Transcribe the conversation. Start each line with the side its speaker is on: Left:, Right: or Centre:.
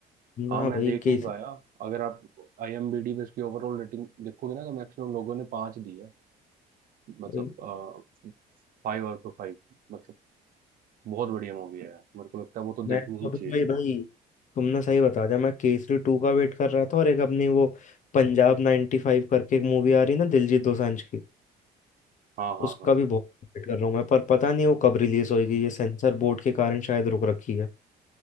Left: ना
Right: हाँ मैं
Left: भाई
Right: देख
Left: केसरी
Right: नहीं पाया अगर आप आईएमबीडी में इसकी ओवरऑल रेटिंग देखोगे ना तो मैक्सिमम लोगों ने पाँच दी है मतलब
Left: भाई
Right: आ, फाइव आउट टू फाइव मतलब बहुत बढ़िया मूवी है यार मेरे को लगता है वो तो देखनी
Left: मैं तो
Right: ही
Left: अभी
Right: चाहिए
Left: भाई भाई तुमने सही बता दिया मैं केसरी टू का वेट कर रहा था और एक अपनी वो पंजाब 95 फाइव करके एक मूवी आ रही है ना दिलजीत दोसांझ की
Right: हाँ हाँ
Left: उसका
Right: हाँ
Left: भी बहुत वेट कर रहा हूँ मैं पर पता नहीं वो कब रिलीज होएगी ये सेंसर बोर्ड के कारण शायद रुक रखी है